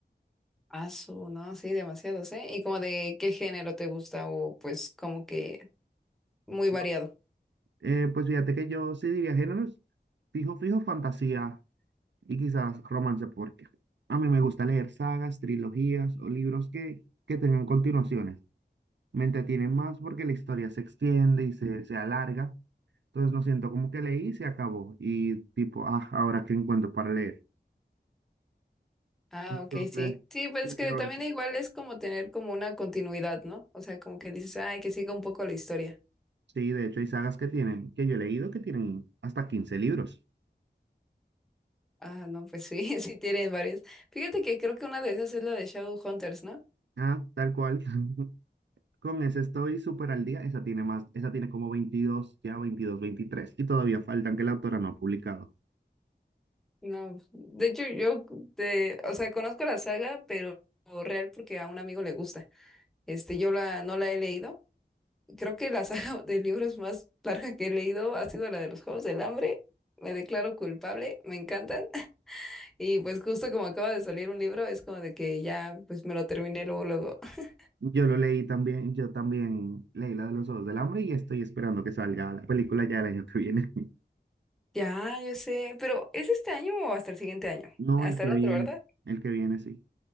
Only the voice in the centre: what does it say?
Ah, su, no, sí, demasiados, ¿eh? ¿Y como de qué género te gusta o pues como que muy variado?
Ah,
ok, sí. Sí, pues
es
que también
igual es como tener como una continuidad, ¿no? O sea, como que dices, ay, que siga un poco la historia.
Ah, no, pues sí, <laughs> sí tienen varias. Fíjate que creo que una de esas es la de Shadowhunters, ¿no?
No, de hecho yo, de, o sea, conozco la saga, pero real porque a un amigo le gusta. Este, yo la, no la he leído. Creo que la <laughs> saga de libros más larga que he leído ha sido la de los Juegos del Hambre. Me declaro culpable, me encantan. Y pues justo como acaba de salir un libro, es como de que ya, pues me lo terminé luego, luego. <laughs>
Ya, yo sé, pero ¿es este año o hasta el siguiente año?
Hasta
el otro,
¿verdad?